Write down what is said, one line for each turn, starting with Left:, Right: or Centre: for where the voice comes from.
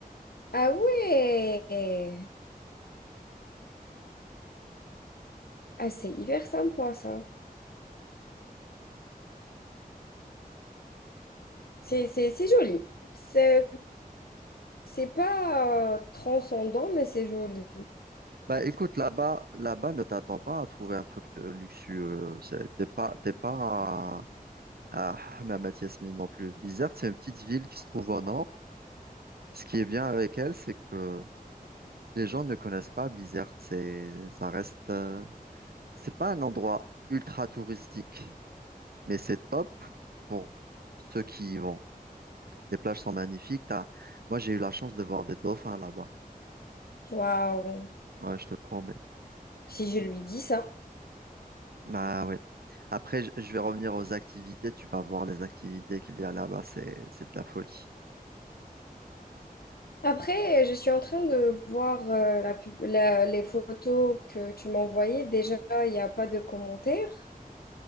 Left: Ah ouais! Ah, c'est hyper sympa ça. C'est c'est- c'est joli. C'est c'est pas euh, transcendant, mais c'est joli.
Right: Bah écoute, là-bas, là-bas, ne t'attends pas à trouver un truc de luxueux. C'est- T'es pas, t'es pas à, à <laughs> Hammamet Yasmine non plus. Bizerte, c'est une petite ville qui se trouve au nord. Ce qui est bien avec elle, c'est que les gens ne connaissent pas Bizerte. C'est, ça reste, euh, c'est pas un endroit ultra touristique, mais c'est top pour ceux qui y vont. Les plages sont magnifiques. T'as... Moi, j'ai eu la chance de voir des dauphins là-bas.
Left: Waouh!
Right: Ouais, je te promets.
Left: Si je lui dis ça.
Right: Bah ouais. Après, je je vais revenir aux activités. Tu vas voir les activités qu'il y a là-bas. C'est, c'est de la folie.
Left: Après, je suis en train de voir euh, la pub- la- les photos que tu m'as envoyées. Déjà, il n'y a pas de commentaires.